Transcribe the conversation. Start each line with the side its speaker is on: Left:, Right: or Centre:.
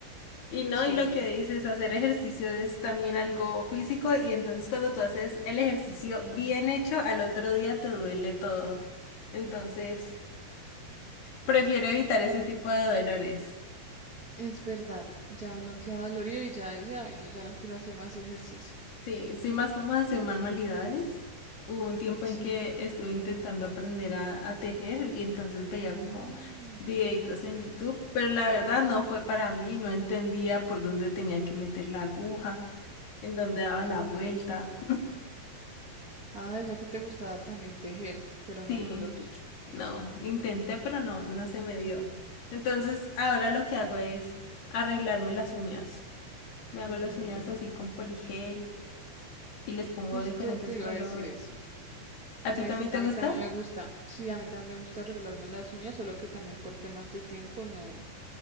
Left: Y no,
Right: sí,
Left: y lo que dices, hacer ejercicio es también algo físico y entonces cuando tú haces el ejercicio bien hecho, al otro día te duele todo. Entonces, prefiero evitar ese tipo de dolores.
Right: es verdad. Ya uno queda dolorido y ya dice, ay, no, ya no quiero hacer más ejercicio.
Left: Sí, soy más como de hacer manualidades. Hubo un tiempo en
Right: Sí.
Left: que estuve intentando aprender a, a tejer y entonces veía
Right: Mm.
Left: como videitos en YouTube, pero la verdad no fue para mí, no entendía por dónde tenía que meter la aguja, en dónde daba la vuelta.
Right: Ah, o sea que te gustaba también tejer, pero no
Left: Sí,
Right: fue lo tuyo.
Left: no, intenté, pero no, no se me dio. Entonces, ahora lo que hago es arreglarme las uñas. Me hago
Right: Mm,
Left: las uñas así con poligel y les pongo
Right: Justo
Left: diferentes
Right: te
Left: colores.
Right: iba a decir eso.
Left: ¿A
Right: Te
Left: ti
Right: voy
Left: también
Right: a decir que
Left: te
Right: a
Left: gusta?
Right: mí también me gusta. Sí, a mí también me gusta arreglarme las uñas, solo que también por temas de tiempo no,